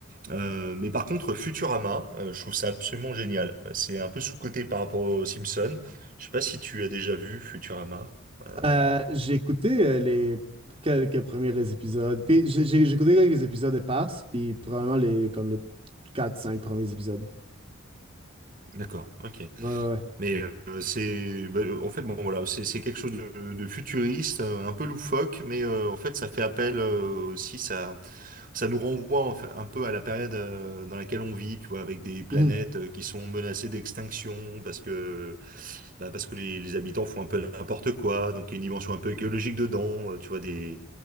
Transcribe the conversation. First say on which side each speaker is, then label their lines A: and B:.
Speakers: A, on the right (about 40°); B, on the right (about 25°).
A: Euh, mais par contre, Futurama, euh, je trouve ça absolument génial. Euh, C'est un peu sous-coté par rapport aux Simpsons. Je sais pas si tu as déjà vu Futurama. Euh,
B: Euh, j'ai écouté euh, les quelques premiers épisodes. Puis j'ai j'ai- j'ai écouté quelques épisodes éparses, puis probablement les, comme les quatre cinq premiers épisodes.
A: d'accord, ok.
B: Ouais, ouais, ouais.
A: Mais euh, c'est, bah, euh, en fait, bon voilà, c'est c'est quelque chose de, de futuriste, euh, un peu loufoque, mais euh, en fait, ça fait appel euh, aussi, ça, ça nous renvoie en fait, un peu à la période euh, dans laquelle on vit, tu vois, avec des planètes
B: Mhm.
A: euh, qui sont menacées d'extinction parce que, bah, parce que les, les habitants font un peu n'importe quoi, donc il y a une dimension un peu écologique dedans, euh, tu vois, des,